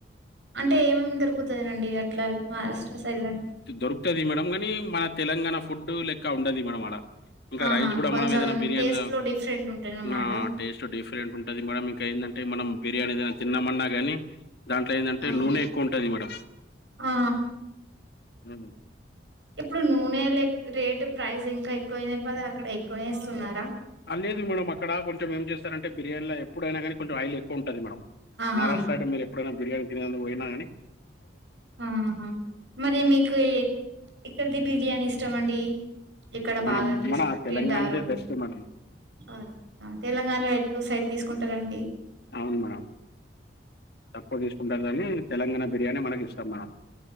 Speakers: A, on the right; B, on the left.
A: అంటే ఏమేమి దొరుకుతదండి, అట్లా మహారాష్ట్ర సైడ్ అని
B: దొరుకుతది మేడం కనీ, మన తెలంగాణ ఫుడ్ లెక్క ఉండది మేడం అడ. ఇంకా
A: ఆహా!
B: రైస్ కూడా
A: కొంచెం
B: మనం ఏదైనా బిర్యాన్
A: టేస్ట్‌లో డిఫరెంట్ ఉంటాయన్నమాట.
B: ఆ టేస్ట్ డిఫరెంట్ ఉంటది మేడం ఇంకా ఏంటంటే మనం బిర్యానీ తిన్నమన్నా గానీ దాంట్లో ఏందంటే
A: ఆ!
B: నూనె ఎక్కువ ఉంటుంది మేడం.
A: ఆ!
B: ఉమ్
A: ఇప్పుడు నూనె లే రేటు ప్రైస్ ఇంకా ఎక్కువయినయి కద అక్కడ ఎక్కువనే ఏస్తున్నారా?
B: అ లేదు మేడం అక్కడ కొంచెం ఏం చేస్తరంటే బిర్యానీల ఎప్పుడైనా గానీ కొంచం ఆయిల్ ఎక్కువ ఉంటది మేడం.
A: ఆహా!
B: మహారాష్ట్ర సైడ్ మీరు ఎప్పుడైనా బిర్యానీ తినేందుకు పోయినా గని
A: ఉహు మరి మీకు ఎక్కడిది బిర్యానీ ఇష్టమండి? ఇక్కడ
B: మనం
A: బాగా తీసుక్
B: మన తెలంగాణదే
A: తింటారు?
B: బెస్ట్ మేడం
A: ఆ తెలంగాణలో ఎటు సైడ్ తీసుకుంటరం
B: అవును మేడం తక్కువ్ ఇష్ ఉంటాం గని తెలంగాణ బిర్యానీ మనకి ఇష్టం మేడం.